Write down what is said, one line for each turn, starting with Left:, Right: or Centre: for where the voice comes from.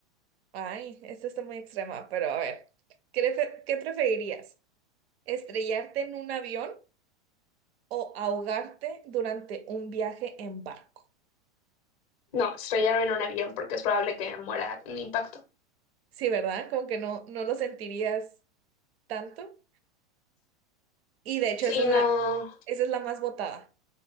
Right: Ay, esta está muy extrema, pero a ver. ¿Qué, prefe- qué preferirías? ¿Estrellarte en un avión o ahogarte durante un viaje en barco?
Left: No, estrellarme en un avión porque es probable que me muera en impacto.
Right: Sí, ¿verdad? Como que no, no lo sentirías tanto. Y de hecho,
Left: Sí,
Right: esa es la,
Left: no.
Right: esa es la más votada.